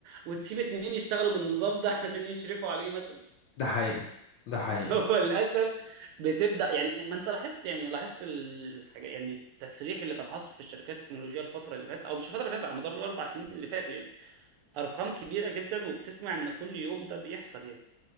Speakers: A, on the right (about 85°); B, on the left (about 70°).
A: وتسيب اتنين يشتغلوا بالنظام ده <laughs> علشان يشرفوا عليه مثلا
B: ده حقيقي ده
A: <laughs>
B: حقيقي
A: هو للأسف بتبدأ يعني ما انت لاحظت يعني لاحظت الحاجة يعني التسريح اللي كان حاصل في الشركات التكنولوجية الفترة اللي فاتت أو مش الفترة اللي فاتت على مدار الأربع سنين اللي فاتوا يعني أرقام كبيرة جدا وبتسمع إن كل يوم ده بيحصل يعني